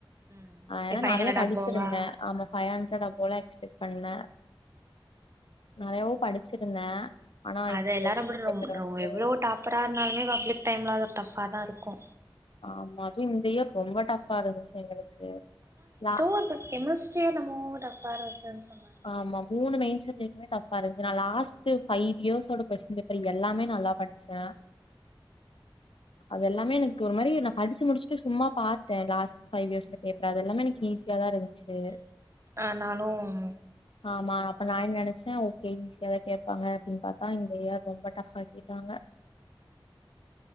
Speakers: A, on the right; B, on the left.
A: ம்
B: ஆ ஏன்னா
A: ஃபைவ்
B: நறைய
A: ஹண்ட்ரட்
B: படிச்சிருந்தே
A: அபோவா
B: ஆமா ஃபைவ் ஹண்ட்ரட்ர போல எக்ஸ்பெக்ட் பண்ணே நெறையாவு படிச்சிருந்தே ஆனா
A: அத
B: இப்டி
A: எல்லாரும்
B: கொஸ்டின் பேப்பர் வந்து
A: ரோ எவ்வளோ டாப்பரா இருந்தாலுமே பப்ளிக் டைம்ல அது டஃப்பா தா இருக்கு
B: ஆமா அதுவு இந்த இயர் ரொம்ப டஃப்பா இருந்துச்சு எங்களுக்கு லா
A: <unintelligible> என்னா சே என்னமோ டஃப்ஃபா இருன்ச்சுன் சொன்னாங்
B: ஆமா மூனு மெயின் சப்ஜெக்டுமே டஃப்ஃபா இருந்ச்சு நா லாஸ்ட்டு ஃபைவ் இயர்ஸ்ஸோட கொஸ்டின் பேப்பர் எல்லாமே நல்லா ப ச அது எல்லாமே எனக்கு ஒரு மாரி நா படிச்சு முடிசஸ்ட்டு சும்மா பாத்தே லாஸ்ட் பைவ் இயர்ஸ்ல பேப்பர அது எல்லாம எனக் ஈஸ் யாதா இருந்ச்சு
A: ஆ நானும்
B: ஆமா அப்ப நா என் நெனச்சே கே ஈஸியா தா கேப்பாங்க அப்டின் பாத்தா இந்த இயர் ரொம்ப டஃப்ஃபா கேட்டாங்க